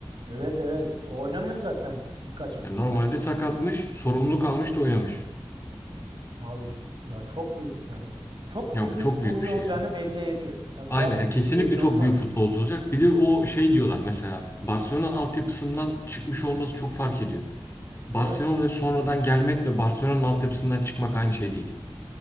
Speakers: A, on the right; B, on the left.
A: Evet evet. Oynamıyordu zaten birkaç
B: Yani normalde
A: maçtır.
B: sakatmış, sorumluluk almış da oynamış.
A: Abi ya çok büyük yani. Çok
B: Ya
A: büyük
B: bu
A: bir
B: çok
A: futbolcu
B: büyük bir şey
A: olacağını
B: ya.
A: belli ediyor. Tabii
B: Aynen
A: yaş
B: ya
A: küçük
B: kesinlikle
A: belli
B: çok
A: olmaz.
B: büyük futbolcu olacak. Bir de o şey diyorlar mesela Barcelona'nın altyapısından çıkmış olması çok fark ediyor.
A: Değil
B: Barcelona'ya
A: mi?
B: sonradan gelmekle Barcelona'nın altyapısından çıkmak aynı şey değil.